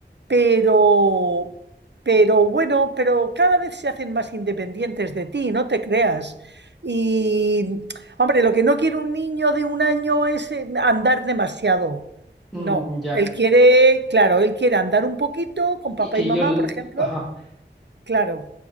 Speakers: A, on the right; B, in the centre.
A: pero, pero bueno, pero cada vez se hacen más independientes de ti, no te creas. Y, hombre, lo que no quiere un niño de un año es eh, andar demasiado.
B: mm,
A: No,
B: ya.
A: él quiere, claro, él quiere andar un poquito con
B: Y
A: papá
B: que
A: y mamá,
B: yo, l-
A: por ejemplo.
B: ajá.
A: Claro.